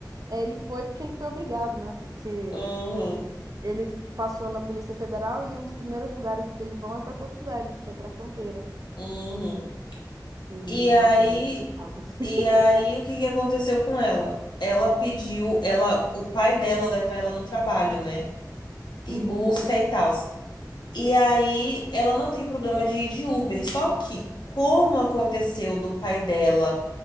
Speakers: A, on the right; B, on the left.
A: é, ele foi porque ele foi obrigado, né? Porque
B: Uhum,
A: Ele passou na Polícia Federal e um dos primeiros lugares que ele vão é pra Porto Velho, que é pra fronteira.
B: uhum.
A: E,
B: E aí,
A: nossa, mas ele detestava. <laughs>
B: e aí, o que que aconteceu com ela? Ela pediu, ela, o pai dela leva ela no trabalho, né? E
A: Uhum.
B: busca e tal. E aí, ela não tem problema de ir de Uber. Só que, como aconteceu do pai dela,